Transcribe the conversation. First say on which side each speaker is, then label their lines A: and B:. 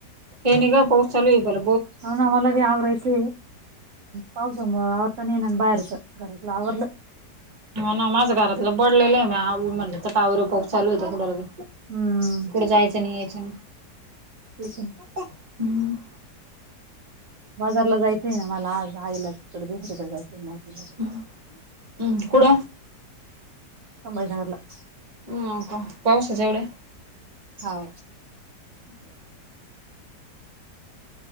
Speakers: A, on the right (about 25°); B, on the right (about 60°).
A: केणी ग पौस्ल इव्ल.
B: हो नामलादी या रैस. पावसवर त ये नंग बायरस घरकलाववरल.
A: ना माझं घरातलं बडलेलं आहे मी म्हण तरवर पाऊ चालू होत कुठला.
B: हम्म.
A: जायचं नाही यायं.
B: तेच्या आहे.
A: हम्म.
B: बाजारला जायचंय ना मला आज आईला तिकडे दुसरीकडे जायचंय माहितीला.
A: हम्म कुड.
B: संमईनगरला.
A: ह का पाऊस जवढे.
B: हो.
A: <unintelligible>